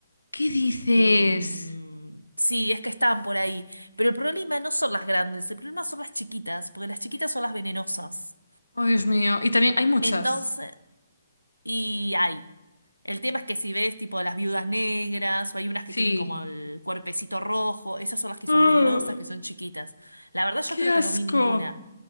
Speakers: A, on the left; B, on the right.
A: ¿qué dices?
B: Em, sí, es que estaban por ahí. Pero el problema no son las grandes, el problema son las chiquitas, porque las chiquitas son las venenosas.
A: Oh, Dios mío. Y también hay muchas.
B: Entonces. Y hay. El tema es que si ves tipo las viudas negras o hay unas
A: Sí.
B: que tienen como el cuerpecito rojo, esas son las que
A: Ah,
B: son venenosas, que son chiquitas. La verdad yo
A: ¡Qué
B: creo
A: asco!
B: que no vi ninguna.